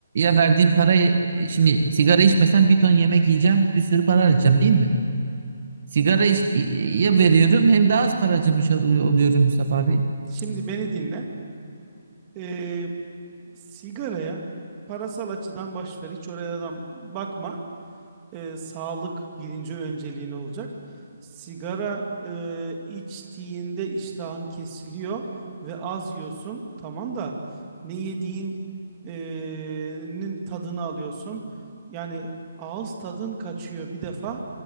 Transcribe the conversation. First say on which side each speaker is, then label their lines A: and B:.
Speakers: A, on the right (about 45°); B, on the right (about 15°).
A: verdiğim parayı e, şimdi sigara içmesem bir ton yemek yiyeceğim, bir sürü para harcayacağım değil mi? Sigara ya veriyorum hem daha az para harcamış ol- oluyorum Mustafa abi.
B: Şimdi beni dinle. Ee, sigaraya parasal açıdan boş ver, hiç oraya adam bakma. e, sağlık birinci önceliğin olacak. Sigara e, içtiğinde iştahın kesiliyor ve az yiyorsun. Tamam da ne yediğin e, nin tadını alıyorsun. Yani ağız tadın kaçıyor bir defa.